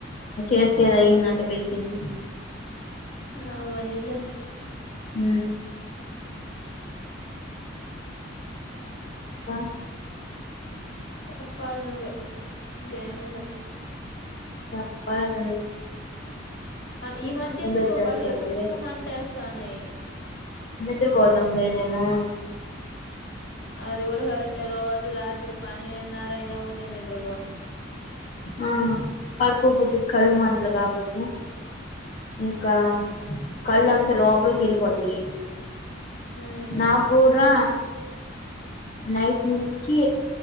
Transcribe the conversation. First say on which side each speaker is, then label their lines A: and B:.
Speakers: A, on the left (about 35°); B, on the left (about 60°).
A: చేసి కదా అయి్యందట్టటు పెట్టింది
B: ఆ మనీలే
A: అ ఇకా
B: చెప్పాల ను ఇంకాేమద
A: చెప్పాల
B: ఈ మధ్య ఇంకో
A: వచ్చేస్తున్నాయి
B: కళ్ళు ఎక్కువ మంటేస్తాన్నాయి
A: నిదురుపోటము లేదేమో
B: అది కూడా కరెక్టే రోజు రాత్రి పన్నెండున్నర అయినా కూడా నేను నిద్రపోను
A: ఆ పడుకోపోతే కళ్ళు వంటలు కాకపోతే ఇంకా కళ్ళు అంతా లోపలికి వెళ్ళిపోతాయి
B: హ్మ్
A: నా కూడా నాట్ నుచ్చి